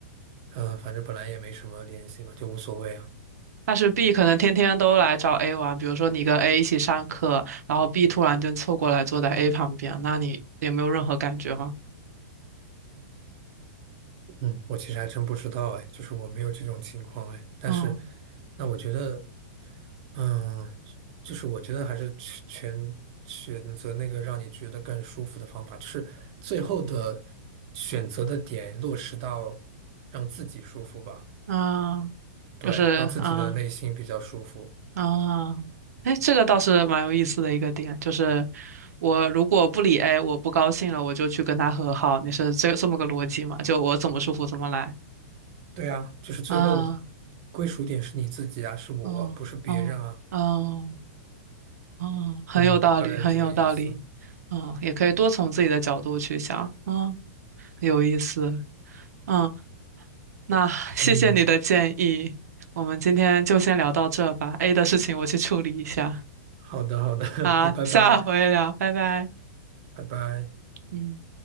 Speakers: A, on the right; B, on the right.
A: 嗯、呃反正本来也没什么联系嘛，就无所谓啊。
B: 但是 B 可能天天都来找 A 玩，比如说你跟 A 一起上课，然后 B 突然就凑过来坐在 A 旁边，那你也没有任何感觉吗？
A: 嗯，我其实还真不知道哎，就是我没有这种情况哎，但是
B: 嗯
A: 那我觉得。嗯，就是我觉得还是全选择那个让你觉得更舒服的方法，就是最后的选择的点落实到让自己舒服吧，
B: 嗯，
A: 对，
B: 就是嗯
A: 让自己的内心比较舒服。
B: 嗯，哎，这个倒是蛮有意思的一个点，就是我如果不理 A，我不高兴了，我就去跟他和好，你是这这么个逻辑嘛？就我怎么舒服怎么来。
A: 对啊，就是最后的
B: 啊，
A: 归属点是你自己啊，是我，
B: 嗯嗯嗯
A: 不是别人啊。
B: 嗯，很有道理，
A: 嗯，大概是这个意思。
B: 很有道理。嗯，也可以多从自己的角度去想。嗯。有意思。嗯，那 <laughs>
A: 嗯，
B: 谢谢你的建议，我们今天就先聊到这吧。A 的事情我去处理一下。
A: 好的，好的，<laughs>
B: 啊，
A: 好，拜拜，
B: 下回聊，拜拜。
A: 拜拜。
B: 嗯。